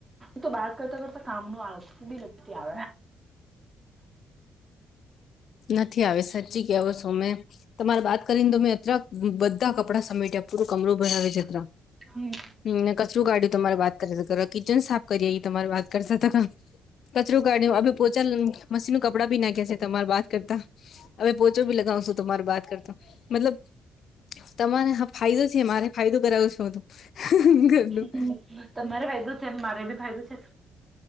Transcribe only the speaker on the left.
નથી આવે સાચી કેવો છો મે તમારે બાત કરીને દોં બધા કપડા સમેટ્યા પૂરું કમરું ભરાવે જત્રા
મેં કચરું કાઢ્યું તમારે વાત કર કિચન સાફ કરીએ એ તમારે વાત કરતા <unintelligible> કચરુ કાઢ્યો આપડુ પોચા મશીનનું કપડા ભી નાખ્યા છે તમારા વાત કરતા હવે પોચો ભી લગાવશું તમાર બાત કરતા મતલબ તમાને હા ફાયદો છે મારે ફાયદો કરાવો શું તું ઘરનું